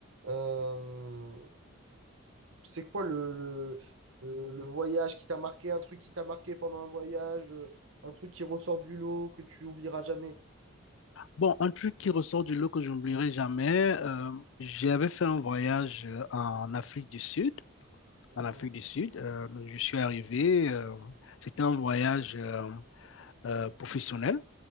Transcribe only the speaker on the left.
Bon, un truc qui ressort du lot que je n'oublierai jamais, euh, j'avais fait un voyage euh, en Afrique du Sud.
En Afrique du Sud, euh, je suis arrivé. euh, c'était un voyage euh, euh, professionnel